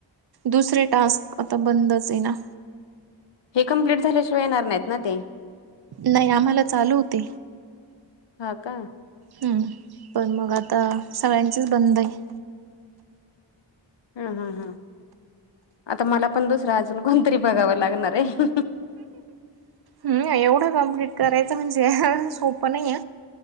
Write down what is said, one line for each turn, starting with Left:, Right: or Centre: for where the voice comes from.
Right: दुसरे टास्क आता बंदच आहे ना.
Left: हे कंप्लीट झाल्या शिवाय येणार नाहीत ना ते.
Right: नाही आम्हाला चालू होते.
Left: हा का
Right: हम्म पण मग आता सगळ्यांचेच बंद आहे.
Left: हम्म हम्म हम्म. आता मला पण दुसरा अजून कोणतरी बघावा लागणार आहे.
Right: हम एवढं कम्प्लीट करायचं म्हणजे सोपं नाही.